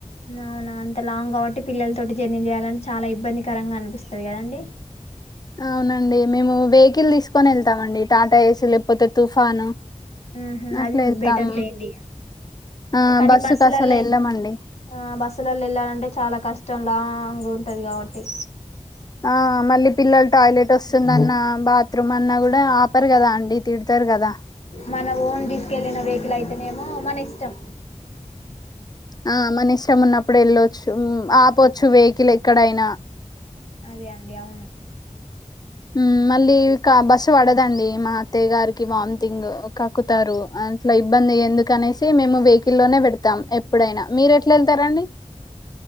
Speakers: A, on the left; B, on the left.
A: అవునా అంత లాంగ్ కాబట్టి పిల్లల తోటి జర్నీ చేయాలని చాలా ఇబ్బందికరంగా అనిపిస్త స్తది కదండి
B: అవునండి మేము వెహికల్ తీసుకొని ఎళ్తామండి టాటా ఏసీ లేకపోతే తుఫాను
A: హమ్మ్
B: అట్లా
A: అది
B: వెళ్తాం
A: బెటర్ లేండి
B: ఆ
A: కానీ
B: బస్సుకి
A: బస్సులలో
B: అసలు వెళ్ళమండి
A: ఆ బస్సులల్లో ఎళ్ళాలంటే చాలా కష్టం లాంగ్ టది కాబట్టి
B: ఆ మళ్ళీ పిల్లలు టాయిలెట్ వస్తుందన్న బాత్రూమ్ అన్నా కూడా ఆపరు కదా అండి తిడతారు కదా
A: మన ఓన్ తీస్కెళ్లిన వెహికల్ అయితేనేమో అ మానా ఇష్టం
B: ఆ మన ఇష్టం ఉన్నప్పుడు వెళ్ళచ్చు ఆపచ్చు వెహికల్ ఎక్కడైనా
A: అదే అండి అవును
B: హమ్ మళ్ళీక బస్సు పడదండి మా అత్తయ్య గారికి వామిటింగ్ కక్కుతారు అట్లా ఇబ్బంది ఎందుకునేసి మేము వెహికల్లోనే పెడతాం ఎప్పుడైనా మీరు ఎట్లా ఎళ్తారాండి